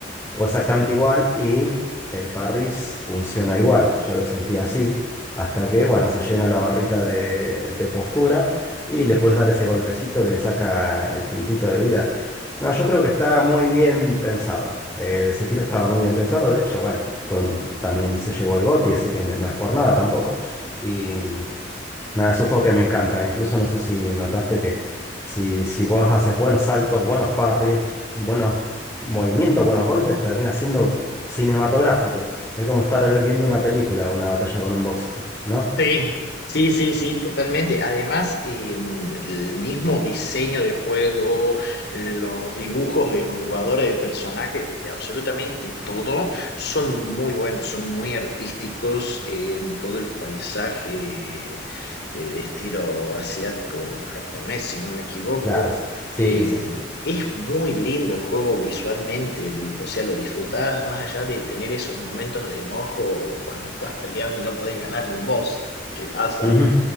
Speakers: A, on the left; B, on the left.
A: o exactamente igual y el Parris funciona igual. Yo lo sentí así hasta que, bueno, se llena la barrita de, de postura y le puedes dar ese golpecito que le saca el puntito de vida. No, yo creo que está muy bien pensado. El Sekiro estaba muy bien pensado, de hecho, bueno, fue un- también se llevó el GOTY, así que no no es por nada tampoco. Y Nada, es un juego que me encanta. Incluso no sé si notaste que si, si vos haces buenos saltos, buenos parries, buenos movimientos, buenos golpes, termina siendo cinematográfico. Es como estar viendo una película, una batalla con un box, ¿no?
B: Sí, sí, sí, sí, totalmente. Además, em, el mismo diseño de juego, los dibujos de jugadores, de personajes, de absolutamente todo, son muy buenos, son muy artísticos. em, todo el paisaje de, de estilo asiático, japonés, si no me equivoco.
A: Claro. Sí,
B: em,
A: sí, sí.
B: es muy lindo el juego visualmente, el- o sea, lo disfrutás más allá de tener esos momentos de enojo cuando estás peleando y no podés ganarle un boss qué pasa.
A: Ujú.